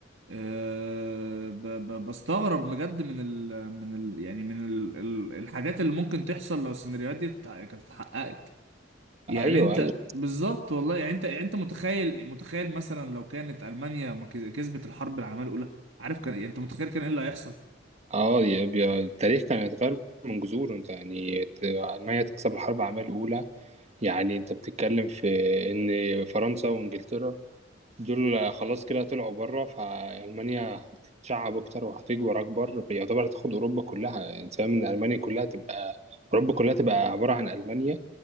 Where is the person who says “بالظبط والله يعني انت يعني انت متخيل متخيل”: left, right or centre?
Right